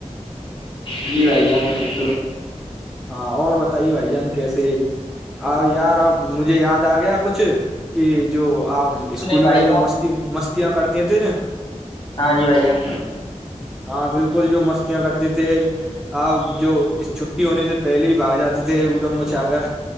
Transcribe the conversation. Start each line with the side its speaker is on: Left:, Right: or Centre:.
Left: جی بھائی کیاان تھاب تو
Centre: ہاں اور بتائیے بھائی جان کیسے آ یار اب مجھے یاد آ گیا کچھ کہ جو آپ اسکول
Left: نہیں بھائی
Centre: میں
Left: جان
Centre: جو مست مستیاں کرتی ہیں تیریں
Left: ہاں جی بھائی جان
Centre: ہاں بالکل جو مستیاں کرتے تھے آپ جو اس چ ہونے سے پہل ہی باگاتے تھے ادم م اھاگر